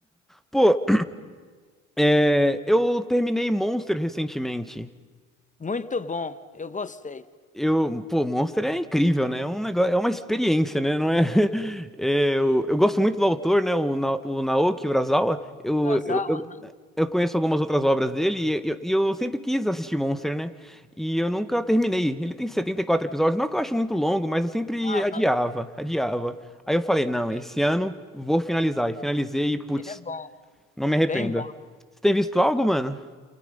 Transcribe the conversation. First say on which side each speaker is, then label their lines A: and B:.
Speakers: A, in the centre; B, on the left.
A: Pô, é, eu terminei Monster recentemente.
B: Muito bom, eu gostei.
A: Eu, pô, Monster é incrível, né? É um negócio, é uma experiência, né? Não é, <laughs> é, eu, eu gosto muito do autor, né? O, Na- o Naoki Urasawa. Eu,
B: Kurosawa,
A: eu,
B: aham,
A: eu conheço algumas outras obras dele e eu, e eu sempre quis assistir Monster, né? E eu nunca terminei. Ele tem 74 episódios, não que eu acho muito longo, mas eu sempre
B: aham,
A: adiava, adiava. Aí eu falei, não,
B: sim,
A: esse ano vou finalizar. E finalizei e, putz,
B: ele é bom.
A: não me arrependo.
B: Bem
A: Você tem visto algo, mano?